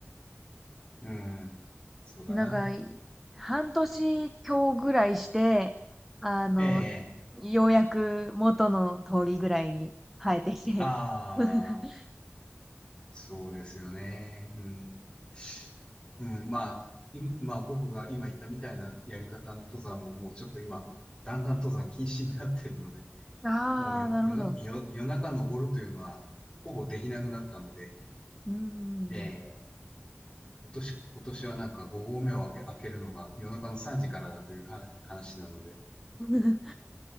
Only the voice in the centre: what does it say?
で、なんか、い半年強ぐらいして、あの、
ようやく元の通りぐらいに生えてきて。
<laughs>
ああ、
なるほど。
うん
うんうん。